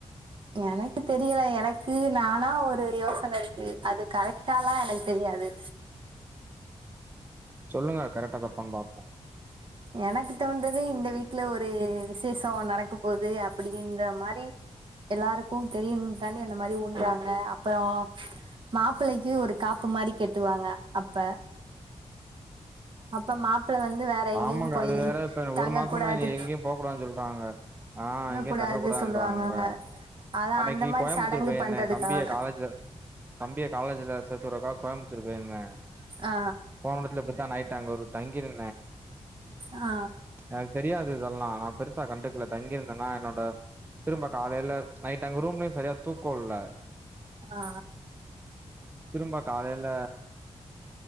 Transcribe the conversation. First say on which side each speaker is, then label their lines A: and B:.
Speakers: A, on the right; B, on the right.
A: எனக்கு தெரியல எனக்கு நானா ஒரு யோசனை இருக்கு அது கரெக்டாலா எனக்கு தெரியாது
B: சொல்லுங்க கரெக்டா தப்பானு பாப்போ
A: எனக்கு தோன்றது இந்த வீட்ல ஒரு விசேஷ நடக்க போகுது அப்டின்ற மாரி எல்லாருக்கு தெரியணும் தான இந்த மாரி உண்றாங்க அப்றோ மாப்பிள்ளைக்கு ஒரு காப்பு மாரி கெட்டுவாங்க அப்ப அப்ப மாப்பிள்ள வந்து வேற எங்கேயு
B: ஆமாங்க
A: போய்
B: அது வேற இப்ப
A: தங்க
B: ஒரு மாசமா
A: கூடாது
B: நீ எங்கேயு போக்கூடாதனு சொல்றாங்க ஆ எங்கயு
A: கூடாது
B: தங்க கூடாதுறாங்களே
A: சொல்லுவாங்கங்க அதா
B: அன்னக்கி
A: அந்த மாரி
B: கோயம்புத்தூர்
A: சடங்கு
B: போயிருந்தே
A: பண்றதுக்காக
B: தம்பிய காலேஜ்ல தம்பிய காலேஜ்ல செத்துறக்கா கோயம்புத்தூர் போயிருந்தே
A: ஆ
B: போன இடத்துல இப்படித்தா நைட்டு ஒரு தங்கிரு
A: ஆ
B: எனக் தெரியாது இதெல்லா நா பெருசா கண்டுக்ல தங்கிருந்தேன்னா என்னோட திரும்ப காலைல நைட்டு் அங்க ரூம்லயு சரியா தூக்கோல்ல
A: ஆ
B: திரும்ப காலைல